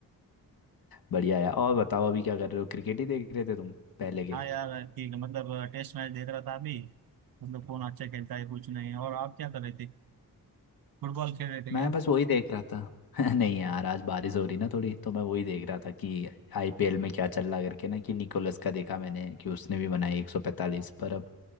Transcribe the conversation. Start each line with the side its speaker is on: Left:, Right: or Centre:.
Left: बढ़िया है और बताओ अभी क्या कर रहे हो क्रिकेट ही देख रहे थे तुम पहले के
Right: हाँ यार ठीक है मतलब टेस्ट मैच देख रहा था अभी मतलब कौन अच्छा खेलता है कुछ नहीं और आप क्या कर रहे थे फुटबॉल खेल रहे थे
Left: मैं
Right: क्या
Left: बस वही देख रहा था <laughs> नहीं यार आज बारिश हो रही ना थोड़ी तो मैं वही देख रहा था कि आईपीएल में क्या चल रहा करके ना कि निकोलस का देखा मैंने कि उसने भी बनाई 145 पर अब